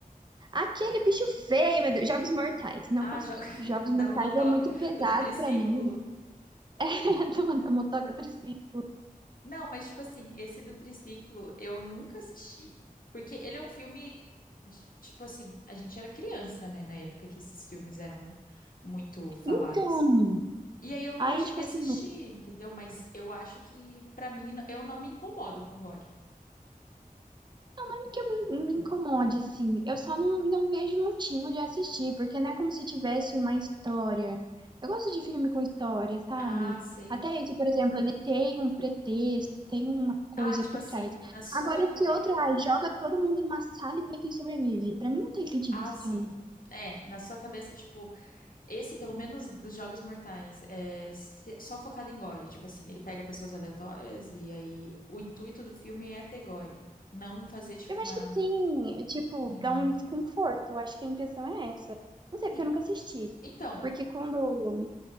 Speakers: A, on the right; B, on the left.
A: Aquele bicho feio, meu Deus. Jogos Mortais. Não
B: Ah,
A: consigo.
B: já... <laughs>
A: Jogos Mortais
B: da motoca,
A: é muito pesado
B: o do triciclo.
A: pra mim. <laughs> Do- Da motoca triciclo.
B: Não, mas tipo assim, esse do triciclo eu nunca assisti, porque ele é um filme de- tipo assim, a gente era criança, né, na época que esses filmes eram muito falados.
A: Então,
B: E aí eu nunca
A: aí,
B: cheguei
A: tipo assim,
B: a assistir,
A: não,
B: entendeu? Mas eu acho que pra mim n- eu não me incomodo com gore.
A: não é que eu me, não me incomode, assim. Eu só não, não vejo motivo de assistir, porque não é como se tivesse uma história. Eu gosto de filme com história, sabe?
B: Ah, sei.
A: Até esse, por exemplo, ele tem um pretexto, tem uma coisa
B: Ah, tipo
A: por
B: assim,
A: trás.
B: na sua
A: Agora, esse
B: cabeça,
A: outro, ah, joga todo mundo numa sala e vê quem sobrevive. Pra mim não tem sentido
B: ah,
A: esse
B: sim.
A: filme.
B: É, na sua cabeça, tipo, Esse, pelo menos dos Jogos Mortais, é se- só focado em gore. Tipo assim, ele pega pessoas aleatórias e aí o intuito do filme é ter gore. Não fazer, tipo,
A: Eu
B: uma.
A: acho que sim, é tipo,
B: Hum.
A: dá um desconforto. Eu acho que a intenção é essa. Não sei, porque
B: En-
A: eu nunca assisti.
B: Então,
A: Porque quando